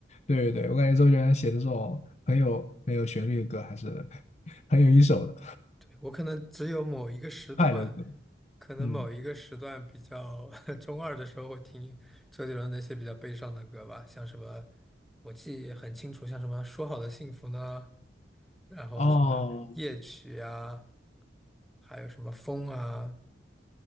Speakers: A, on the left; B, in the centre.
A: 对对，我感觉周杰伦写的这种很有很有旋律的歌还是 <laughs> 很有一手的
B: 对，我可能只有某一个时段，
A: 快乐歌。
B: 可能某一个时段比较
A: 嗯，
B: <laughs> 中二的时候会听周杰伦那些比较悲伤的歌吧，像什么，我记得很清楚，像什么《说好的幸福》呢，然后什么夜曲啊，
A: 哦，
B: 还有什么风啊，